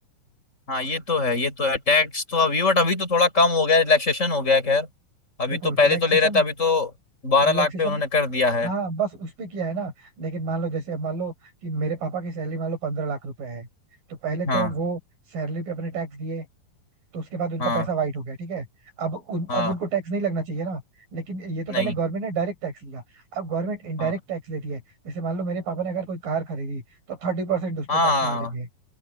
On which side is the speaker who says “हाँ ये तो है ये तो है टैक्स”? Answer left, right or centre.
Left